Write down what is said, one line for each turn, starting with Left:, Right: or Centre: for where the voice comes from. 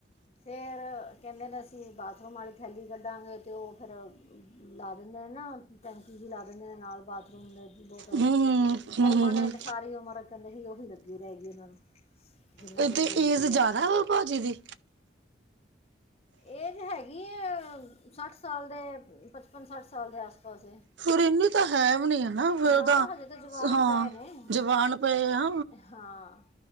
Left: ਫੇਰ ਕਹਿੰਦੇ ਨੇ ਅਸੀਂ ਬਾਥਰੂਮ ਵਾਲੀ ਥੈਲੀ ਕੱਢਾਂਗੇ, ਅਤੇ ਉਹ ਫੇਰ ਲਾ ਦਿੰਦੇ ਨੇ ਨਾ ਟੈਂਕੀ ਹੀ ਲਾ ਦਿੰਦੇ ਨੇ, ਨਾਲ ਬਾਥਰੂਮ ਦੇ ਬੋਤਲ
Right: ਹੂੰ ਹੂੰ
Left: ਪਰਮਾਨੈਂਟ
Right: ਹੂੰ ਹੂੰ
Left: ਸਾਰੀ ਉਮਰ ਕਹਿੰਦੇ ਸੀ, ਉਹੀ ਲੱਗੀ ਰਹਿ ਗਈ ਉਹਨਾਂ ਨੂੰ ਜਿੰਨਾ
Right: ਇਹ
Left: ਚਿਰ
Right: ਤੇ
Left: ਜ਼ਿੰਦਗੀ
Right: ਈਜ਼ ਜ਼ਿਆਦਾ
Left: ਹੈਗੀ
Right: ਵਾ ਭਾਜੀ ਦੀ,
Left: ਏਜ ਹੈਗੀ ਹੈ, ਸੱਠ ਸਾਲ ਦੇ ਪਚਪਨ ਸੱਠ ਸਾਲ ਦੇ ਆਸ ਪਾਸ
Right: ਫੇਰ, ਤਾਂ ਹੈ ਵੀ ਨੀ ਹੈ, ਫਿਰ
Left: ਨਾ
Right: ਤਾਂ
Left: ਹਜੇ ਜਵਾਨ
Right: ਹਾਂ
Left: ਪਏ ਨੇ
Right: ਜਵਾਨ ਪਏ ਆ।
Left: ਹਾਂ